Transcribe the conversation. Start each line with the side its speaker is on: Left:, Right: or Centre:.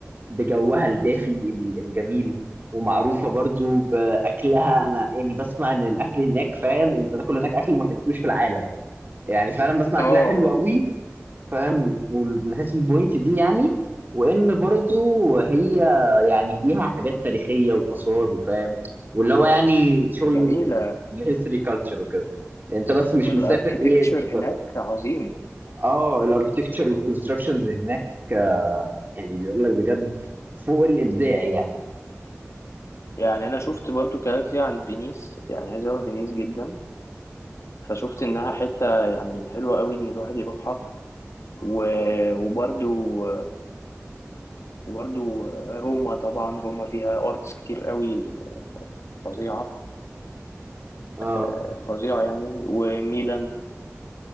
Right: بجوها الدافي ال- الجميل ومعروفه برضو باكلها انا يعني بسمع ان الاكل هناك فاهم انت تاكل هناك اكل ما اكلتوش في العالم يعني فعلا بسمع
Left: اه
Right: اكلها حلو قوي فاهم ومن حيث البوينت دي يعني وان برضو هي يعني فيها حاجات تاريخيه واثار وفاهم واللي هو يعني شغل
Left: جميلة
Right: الهيستوري كلتشر وكده يعني انت بس مش
Left: والاركيتكتشر
Right: مسافر ايه تر-
Left: هناك عظيم
Right: اه الاركتكتشر والكونستراكشنز هناك آه، يعني بيقول لك بجد فوق الابداع يعني
Left: يعني انا شفت برضو كلام كتير عن فينيس يعني عايز اروح فينيس جدا فشفت انها حتة يعني حلوة قوي ان الواحد يروحها و... وبرضو وبرضو روما طبعا روما فيها ارتس كتير قوي فظيعة
Right: اه
Left: آه، فظيعة يعني وميلان